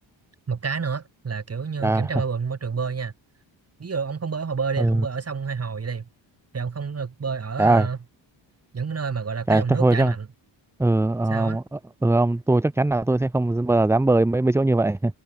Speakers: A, on the right; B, in the centre.
A: một cái nữa là kiểu như
B: dạ
A: kiểm tra môi trường môi trường bơi nha ví dụ ông không bơi ở hồ bơi đi
B: ừ
A: ông bơi ở sông hay hồ vậy đi thì ông không được bơi ở
B: trời
A: ờ,
B: ơi
A: những cái nơi mà gọi là có
B: trời
A: dòng
B: chắc
A: nước
B: thôi
A: chảy
B: chắc
A: mạnh
B: ừ, ờ,
A: sao
B: ông,
A: á
B: ờ, ừ ông tôi chắc chắn là tôi sẽ không bao giờ dám bơi mấy mấy chỗ như vậy